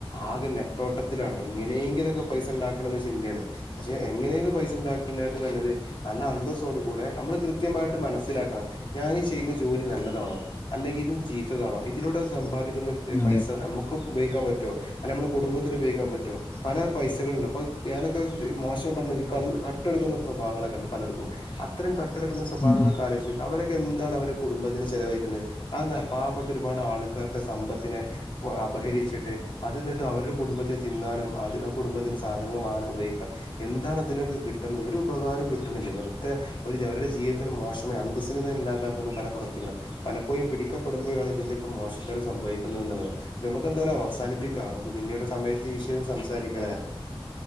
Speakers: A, on the left; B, on the left.
A: ആകെ നെട്ടോട്ടത്തിലാണ് ഇങ്ങനെയെങ്കിലൊക്കെ പൈസ ഉണ്ടാക്കണെന്ന ചിന്തേണ് പശ്ശെ എങ്ങനെങ്കിലും പൈസ ഇണ്ടാക്ക്‌ണാട്ടിം നല്ലത് നല്ല അന്തസ്സോടു കൂടെ നമ്മള് കൃത്യമായിട്ട് മനസ്സിലാക്കണം ഞാനി ചെയ്യുന്ന ജോലി നല്ലതാണോ അല്ലെങ്കിൽ ഇതും ചീത്തതാണോ ഇതിലൂടെ സമ്പാദിക്കുന്ന പൈസ
B: അതെ.
A: നമുക്കും ഉപയോഗിക്കാൻ പറ്റുവോ അല്ലെ നമ്മുടെ കുടുംബത്തിന് ഉയോഗിക്കാൻ പറ്റോ പല പൈസകളുണ്ട് അപ്പൊ പെ നൊക്കെ മോശം പറഞ്ഞ ക കട്ടെടുക്കുന്ന സ്വഭാവങ്ങളൊക്കെ ഉണ്ട് പലർക്കും അ ത്തരം കട്ടെടുക്കുന്ന സ്വഭാവങ്ങളൊക്കെ
B: ഉം ഉം.
A: ആലോചിച്ച് നോക്കിയേ അവരൊക്കെ എന്താണ് അവരുടെ കുടുംബത്തിന് ചെലവഴിക്കുന്നത് ആ ന പാവപ്പെട്ട ഒരുപാട് ആള് ക്കാരുടെ സമ്പത്തിനെ ഒ അപഹരിച്ചിട്ട് അത് ന്ന്ട്ട് അവരുടെ കുടുംബത്തിന് തിന്നാനും അതി രുടെ കുടുംബത്തിന് സാധനങ്ങൾ വാങ്ങാനും ഉപയോഗിക്കാ എന്താണ് അതിലൊക്കെ കിട്ടുന്നത് ഒരു ഉപകാരം കിട്ടണില്ല വെറുതെ ഒരു അവരുടെ ജീവിതത്തിന് മോശമായി അന്തസ്സിന് തന്നെ ഇല്ലാതാക്കുന്ന പല പ്രവൃത്തികള് പലപ്പോഴും പിടിക്കപ്പെടുമ്പോഴാണ് ഇതിന്റെക്കെ മോശത്തരം സംഭവിക്കുന്നെന്നുള്ളത് നമുക്ക് എന്ത്‌ വയാലും അവസാനിപ്പി ക്ക നമ്മക് പിന്നീട് സമയത്ത് ഈ വിഷയം സംസാരിക്കണേ